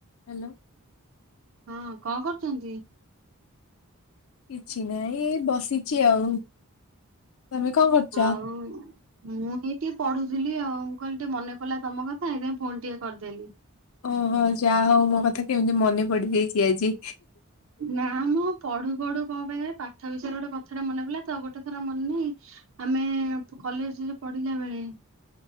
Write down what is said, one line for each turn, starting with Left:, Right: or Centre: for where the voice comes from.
Left: Hello.
Right: ହଁ କଣ କରୁଛନ୍ତି।
Left: କିଛି ନହିଁ ଏ ବସିଛି ଆଉ। ତମେ କଣ କରୁଛ?
Right: ଆଉ ମୁଁ ଏଇଠି ପଢୁ ବୁଝିଲି ଆଉ ମୁଁ କହିଲି ଟିକେ ମନେ ପଡିଲ ତମ କଥା ଏଇଥିପାଇଁ ଫୋନ ଟିକେ କରିଦେଲି।
Left: ଓହୋ ଯାହା ହଉ ମୋ କଥା କେମିତି ମନେ ପଡି ଯାଇଛି ଆଜି।
Right: ନାଁ ମ ପଢୁ ପଢୁ କଣ ପାଇଁ ପାଠ ବିଷୟରେ ଗୋଟେ କଥାଟା ମନେ ପିଲା ତ ଗୋଟେ ଥର ମନେ ନାହିଁ ଆମେ କଲେଜରେ ପଢିଲା ବେଳେ